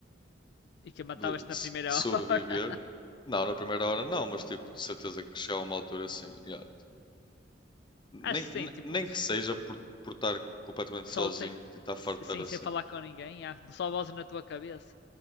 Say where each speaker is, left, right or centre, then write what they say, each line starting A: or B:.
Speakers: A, on the left; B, on the left.
A: E que matavas-te
B: de, de
A: na
B: s-
A: primeira
B: de sobreviver.
A: <laughs> hora.
B: Não, na primeira hora não, mas tipo, de certeza que chega a uma altura assim. yeah,
A: Acho
B: Nem,
A: que sim,
B: ne-
A: tipo,
B: nem que seja por, por estar completamente
A: só
B: sozinho
A: sem,
B: e estar farto
A: sim,
B: de estar
A: sem falar
B: assim.
A: com ninguém, ah, só vozes na tua cabeça.